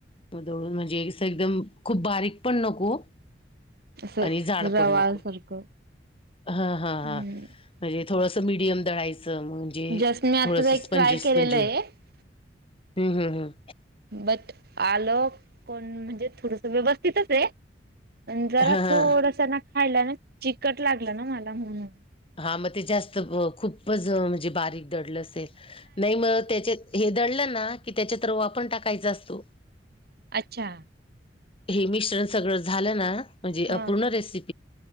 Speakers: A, on the left; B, on the right.
A: दळून म्हणजें एकदम खूप बारीक पण नको.
B: असं
A: आणि झाड
B: रवाळ
A: पड नको
B: सारखं.
A: हा हा हा.
B: हम्म
A: म्हणजे थोडसं मिडियम दळायचं म्हणजे
B: जस्ट मी आता
A: थोडस
B: एक
A: स्पंजीसपंजी
B: ट्राय केलेलं आहे
A: हम् हम् हम.
B: बट आलं कोण म्हणजे थोडस व्यवस्थितच आहे. पण जरा
A: हां हां
B: थोडस ना खायला ना चिकट लागलं ना मला म्हणून
A: हा मग ते जास्त खूपच म्हणजे बारीक दडलं असेल नाही मग त्याचेत हे दळलं ना की त्याच्या तरवा आपण टाकायचा असतो.
B: अच्छा.
A: हे मिश्रण सगळ झालं ना म्हणजे
B: हा
A: अूर्ण रेसी